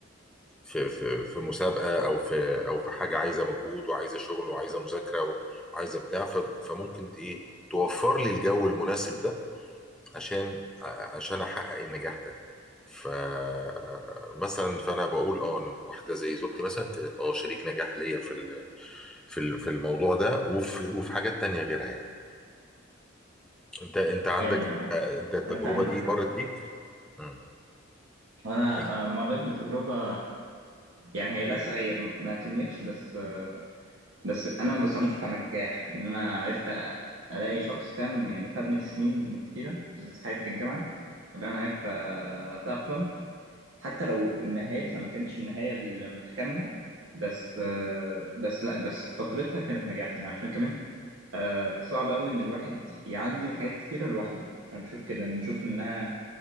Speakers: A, in the centre; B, on the right.
A: في في في مسابقه او في او في حاجه عايزه مجهود وعايزه شغل وعايزه مذاكره وعايزه بتاع ف- فممكن ت- ايه توفر لي الجو المناسب ده عشان ع- عشان احقق النجاح ده فمثلا فانا بقول اه ان واحده زي زوجتي مثلا كانت اه شريك نجاح ليا في ال- في ال- في الموضوع ده وفي وفي حاجات تانية غيرها يعني انت انت عندك
B: أيوة،
A: آه، انت التجربه
B: أنا فاهمك
A: دي
B: آه.
A: مرت بيك مم.
B: وانا
A: يعني
B: آه، مريت بتجربه يعني هي للاسف هي ما كملتش بس آه، بس انا بصنفها نجاح ان انا عرفت الاقي شخص فعلا يعني فادني في سنين كتيره بالذات في حياتي في الجامعه اللي انا عرفت آه، اتاقلم حتى لو نهايتها ما كانتش النهايه المتكامله بس آه، بس لا بس فترتها كانت نجاح يعني عشان كمان آه، صعب قوي ان الواحد يعدي بحاجات كتيره لوحده انا بشوف كده أنا بشوف انها